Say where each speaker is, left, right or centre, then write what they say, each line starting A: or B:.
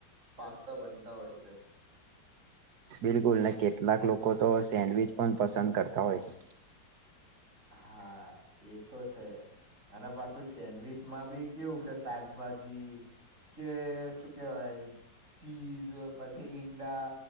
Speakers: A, on the right (about 40°); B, on the right (about 60°).
A: પાસ્તા બનતા હોય છે
B: બિલકુલ ને કેટલાક લોકો તો સેન્ડવીચ પણ પસંદ કરતા હોય છે
A: હા એ તો છે અને પાછું સેન્ડવીચમાં બી કેવું કે શાકભાજી કે શું કેવાય ચીઝ પછી ઈંડા